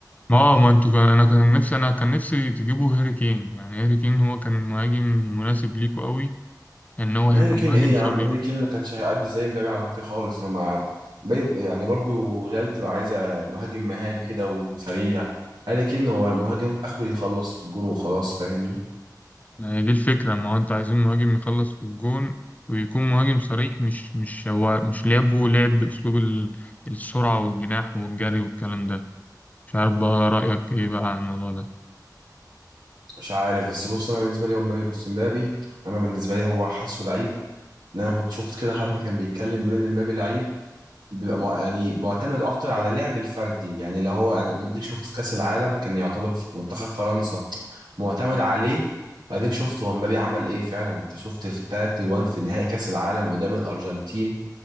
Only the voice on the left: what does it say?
ما هو ما انتوا كان انا كان نفسي انا كان نفسي تجيبوا هاري كين يعني هاري كين هو كان مهاجم مناسب ليكوا قوي ان هو
هيبقى
مهاجم
صريح
يعني دي الفكرة ما هو انتوا عايزين مهاجم يخلص في الجون ويكون مهاجم صريح مش مش هو مش لعبه لعب باسلوب ال- السرعة والجناح والجري والكلام ده مش عارف بقى رأيك ايه بقى على الموضوع